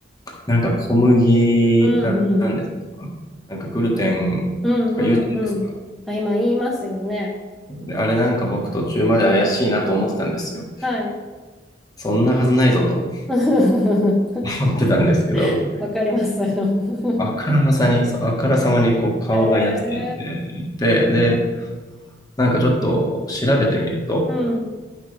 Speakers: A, on the left; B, in the centre.
A: なんか小麦な、
B: うんうん。
A: なんですかなんかグルテンとか言うじゃないですか。
B: うんうんうん。あ、今言いますよね。
A: で、あれなんか僕途中まで怪しいなと思ってたんですよ。
B: はい。
A: そんなはずないぞと
B: <laughs>
A: 思ってたんですけど、
B: わかります。そういうの
A: あからまさに、そうあからさまにこう顔がやつれてて、
B: <laughs> へえ。
A: で、なんかちょっと調べてみると、
B: うん。